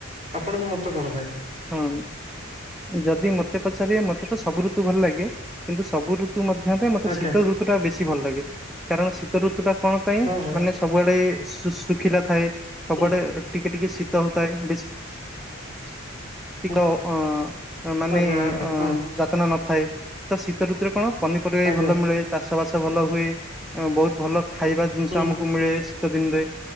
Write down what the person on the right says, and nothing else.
ଆପଣଙ୍କୁ ମତ କଣ ଥାଏ।
ଆଜ୍ଞା
ହଁ ଭାଇ
ହୁଁ
<inaudible>
ଆଜ୍ଞା
ଆଜ୍ଞା ହଁ
ଆଜ୍ଞା
ହୁଁ